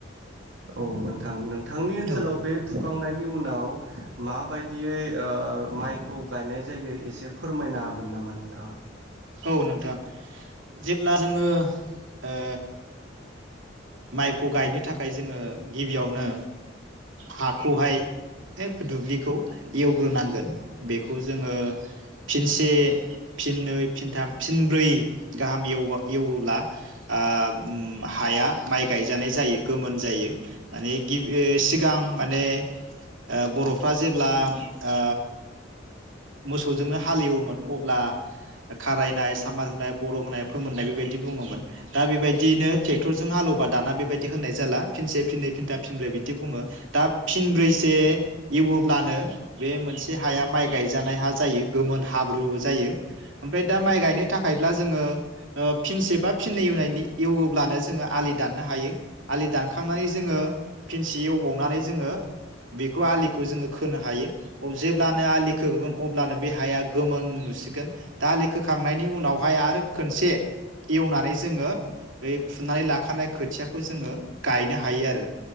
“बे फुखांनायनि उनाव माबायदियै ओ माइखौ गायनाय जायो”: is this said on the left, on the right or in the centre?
Right